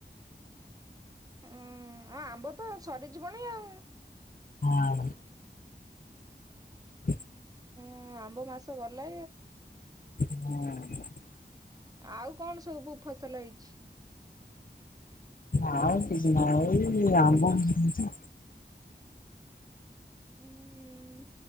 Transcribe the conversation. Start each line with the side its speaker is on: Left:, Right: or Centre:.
Right: ଉୁଁ ଆଉ ଆମ୍ବ ତ ସରିଯିବନ ଆଉ।
Left: ହଁ <inaudible>
Right: ହଁ ଆମ୍ବ ମାସ ଗଲେ
Left: ହଁ
Right: ଆଉ କଣ ସବୁ ଫସଲ ହେଇଛି।
Left: ଆ କିଛି ନା ଏଇ ଆମ୍ବ ହେଇଚି।
Right: ଉଁ। ହୁଁ